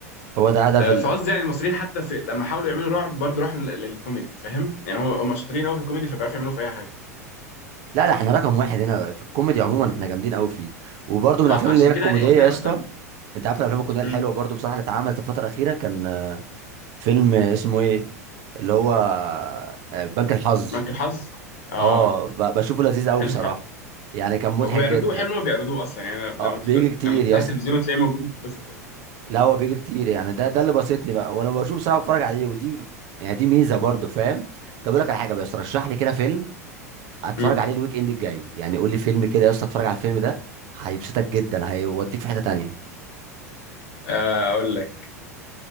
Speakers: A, on the right (about 45°); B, on the left (about 55°).
A: هو ده هدف
B: آه، فقصدي يعني المصريين حتى في لما حاولوا يعملوا رعب برضه راحوا لل- للكوميدي فاهم يعني هم هم شاطرين قوي في الكوميدي فبيعرفوا يعملوه في اي حاجه
A: لا لا احنا رقم واحد هنا في الكوميدي عموما احنا جامدين قوي فيه وبرده من
B: مع
A: الافلام
B: عشان
A: اللي هي الكوميديه
B: كده احنا
A: يا اسطى
B: مثلا
A: انت عارف الافلام الكوميديه
B: امم
A: الحلوه برده بصراحه اللي اتعملت الفتره الاخيره كان آه، فيلم اسمه ايه اللي هو آه، بنك الحظ
B: بنك الحظ اه
A: اه ب- بشوفه لذيذ قوي
B: حلو
A: بصراحه
B: حلو
A: يعني كان مضحك
B: وبيعرضوه
A: جدا
B: حلو ما بيعرضوه اصلا يعني
A: اه
B: لما
A: بيجي
B: تفتح
A: كتير
B: لما تفتح
A: يا اسطى
B: التلفزيون وتلاقيه موجود بتتبسط يعني
A: لا هو بيجي كتير يعني ده ده اللي بسطني بقى وانا بشوف بصراحه بتفرج عليه ودي يعني دي ميزه برده فاهم طب اقول لك على حاجه بس رشح لي كده فيلم اتفرج
B: امم
A: عليه الويك اند الجاي يعني قول لي فيلم كده يا اسطى اتفرج على الفيلم ده هيبسطك جدا هيوديك في حتة تانية
B: آه اقول لك